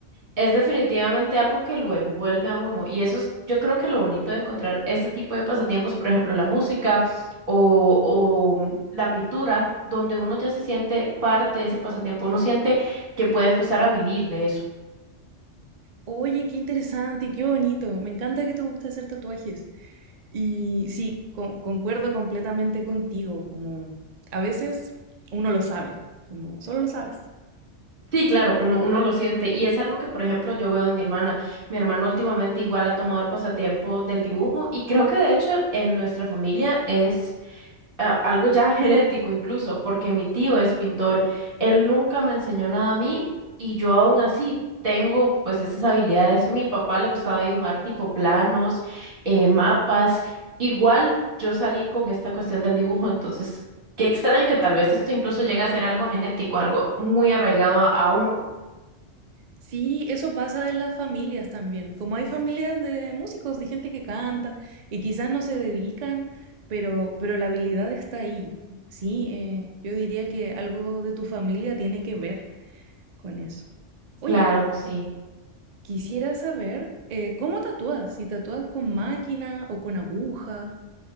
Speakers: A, on the right; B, on the right.
A: Es definitivamente algo que lo envuelve a uno y eso es, yo creo que lo bonito de encontrar este tipo de pasatiempos, por ejemplo, la música o, o mm, la pintura, donde uno ya se siente parte de ese pasatiempo, uno siente que puede empezar a vivir de eso.
B: Oye, qué interesante y qué bonito. Me encanta que te guste hacer tatuajes. Y sí, con- concuerdo completamente contigo. Como a veces uno lo sabe, como solo lo sabes.
A: Sí, claro, uno, uno lo siente y es algo que, por ejemplo, yo veo en mi hermana. Mi hermana últimamente igual ha tomado el pasatiempo del dibujo y creo que de hecho en nuestra familia es a- algo ya <laughs> genético incluso, porque mi tío es pintor. Él nunca me enseñó nada a mí y yo aún así tengo pues esas habilidades. Mi papá le gustaba dibujar tipo planos, eh, mapas. Igual yo salí con esta cuestión del dibujo, entonces qué extraño que tal vez esto incluso llegue a ser algo genético, algo muy arraigado a, a uno.
B: Sí, eso pasa en las familias también. Como hay familias de músicos, de gente que canta y quizás no se dedican, pero, pero la habilidad está ahí. Sí, eh, yo diría que algo de tu familia tiene que ver con eso. Oye.
A: Claro, sí.
B: Quisiera saber eh, cómo tatúas, si tatúas con máquina o con aguja.